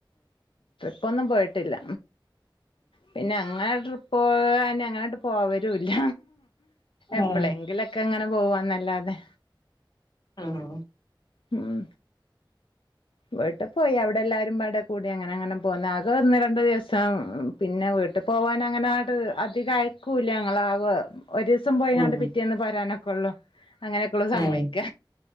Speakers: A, on the left; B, on the left.
A: പ്പ് ഒന്നും പോയിട്ടില്ല പിന്നെ അങ്ങനെ ട്രിപ്പ് പോകാൻ അങ്ങനൊയിട്ട് പോവരുല്ല
B: അതെ
A: എപ്പോളെങ്കിലൊക്കെ അങ്ങനെ പോവാന്നല്ലാതെ
B: ആണോ
A: ഉം <unintelligible> പോയി അവിടെ എല്ലാവാരും വടെ കൂടി അങ്ങനെ അങ്ങനെ പോകുന്ന അകെ ഒന്ന് രണ്ടു ദിവസം പിന്നെ വീട്ടിൽ പോകാന അങ്ങനെ ആട് അധികം അയക്കൂല്ല ഞങ്ങ ആ ഒരു ദിവസം പോയങ്ങാണ്ട്
B: ആഹ്
A: പിറ്റേ എന്ന് പരാനക്കെ കൊള്ള അങ്ങനെയൊക്കെയ ഉള്ള സമ്മതിക്ക
B: ഏഹ്